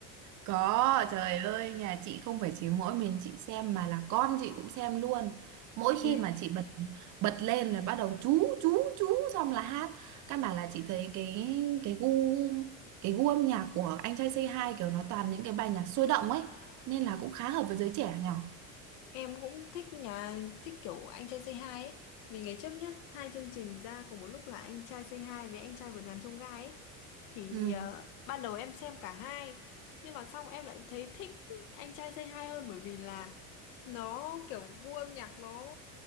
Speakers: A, on the right (about 45°); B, on the left (about 75°).
A: Có,
B: Hay
A: trời ơi, nhà chị không phải chỉ mỗi mình chị xem mà là con chị cũng xem luôn. Mỗi
B: Ui,
A: khi mà chị bật bật lên là bắt đầu chú chú chú xong là hát. Căn bản là chị thấy cái cái gu cái gu âm nhạc của anh trai Say Hi kiểu nó toàn những cái bài nhạc sôi động ấy, nên là cũng khá hợp với giới trẻ nhở.
B: em cũng thích nhà thích kiểu anh trai Say Hi ấy vì ngày trước nhá hai chương trình ra cùng một lúc là anh trai Say Hi với anh trai vượt ngàn chông gai ấy thì
A: Ừ,
B: ờ, ban đầu em xem cả hai nhưng mà xong em lại thấy thích anh trai Say Hi hơn bởi vì là nó kiểu gu âm nhạc nó